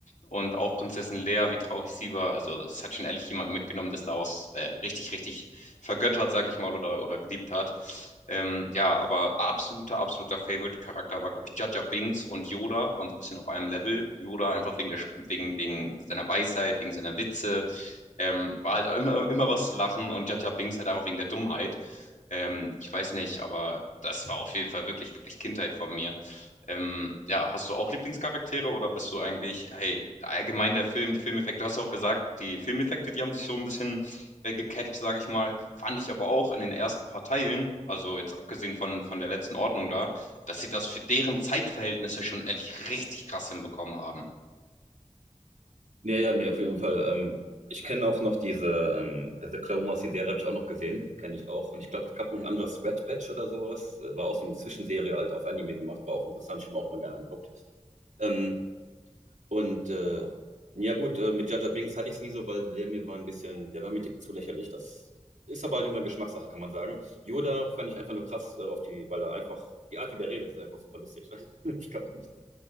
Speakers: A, on the left; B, on the right.
A: Und auch Prinzessin Leia, wie traurig sie war. Also, es hat schon ehrlich jemand mitgenommen, der Star Wars äh, richtig, richtig vergöttert, sag ich mal, oder, oder geliebt hat. Ähm, ja, aber absoluter, absoluter Favorite-Charakter war, glaube ich, Jar Jar Binks und Yoda waren so ein bisschen auf einem Level. Yoda einfach wegen, der, wegen, wegen seiner Weisheit, wegen seiner Witze. Ähm, war halt immer, immer was zu lachen und Jar Jar Binks halt einfach wegen der Dummheit. Ähm, ich weiß nicht, aber das war auf jeden Fall wirklich, wirklich Kindheit von mir. Ähm, ja, hast du auch Lieblingscharaktere oder bist du eigentlich, hey, allgemein der Film, die Filmeffekte, du hast ja auch gesagt, die Filmeffekte, die haben sich so ein bisschen äh, gecatcht, sage ich mal, fand ich aber auch in den ersten paar Teilen, also jetzt abgesehen von, von der letzten Ordnung da, dass sie das für deren Zeitverhältnisse schon ehrlich richtig krass hinbekommen haben.
B: Ja, ja, nee, auf jeden Fall. Ähm, ich kenne auch noch diese ähm, The Clone Wars, die Serie habe ich auch noch gesehen, kenne ich auch. Und ich glaube, es gab noch ein anderes Red Batch oder sowas. Äh, War auch so eine Zwischenserie halt auf Anime gemacht, war auch interessant, ich habe mir auch mal gerne angeguckt. Ähm, und äh, ja gut, äh, mit Jaja Binks hatte ich es nie so, weil der mir war ein bisschen, der war mir einen ticken zu lächerlich. Das ist aber halt immer Geschmackssache, kann man sagen. Yoda fand ich einfach nur krass äh, auf die, weil er einfach, die Art, wie der redet, ist einfach super lustig. <laughs> ich kann man nicht.